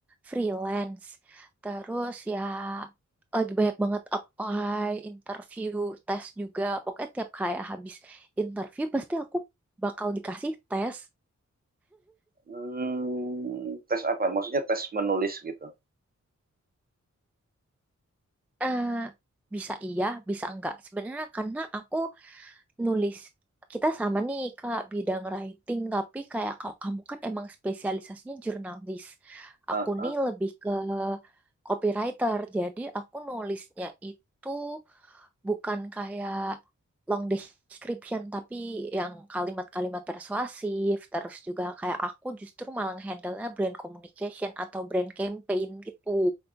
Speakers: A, in the centre; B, on the right.
A: freelance. Terus ya lagi banyak banget apply, interview, tes juga. Pokoknya tiap kayak habis interview pasti aku bakal dikasih tes.
B: Hmm, tes apa? Maksudnya tes menulis gitu.
A: Eh, bisa iya, bisa enggak. Sebenarnya karena aku nulis kita sama nih Kak bidang writing, tapi kayak kalau kamu kan emang spesialisasinya jurnalis.
B: Ah,
A: Aku
B: ah.
A: nih lebih ke copywriter. Jadi aku nulisnya itu bukan kayak long description tapi yang kalimat-kalimat persuasif terus juga kayak aku justru malah handle-nya brand communication atau brand campaign gitu